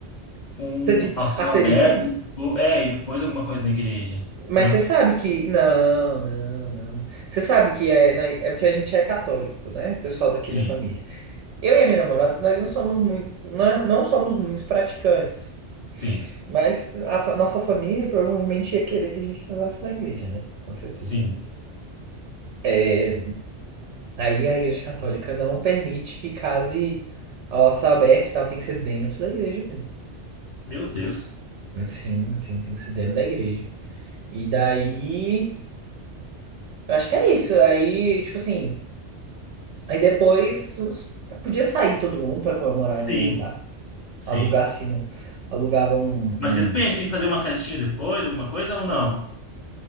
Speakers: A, on the left; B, on the right.
A: um
B: Você diz,
A: ao céu
B: a cerimônia?
A: aberto, ou- é, e depois alguma coisa na igreja,
B: Mas
A: não?
B: você sabe que. Não, não, não. Você sabe que é, na- é porque a gente é católico, né? O pessoal daqui
A: Sim,
B: da família. Eu e a minha namorada, nós não somos muito, não, não somos muito praticantes.
A: sim,
B: Mas a fa- nossa família provavelmente ia querer que a gente casasse na igreja, né? Com certeza.
A: sim.
B: É, aí a igreja católica não permite que case ao céu aberto e tal, tem que ser dentro da igreja mesmo.
A: Meu Deus.
B: Sim, sim, tem que ser dentro da igreja. E daí. Eu acho que é isso. Aí, tipo assim. Aí depois os- podia sair todo mundo para comemorar em
A: Sim,
B: algum lugar.
A: sim.
B: Alugar assim, um- alugava um,
A: Mas vocês pensam
B: um-
A: em fazer uma festinha depois, alguma coisa ou não?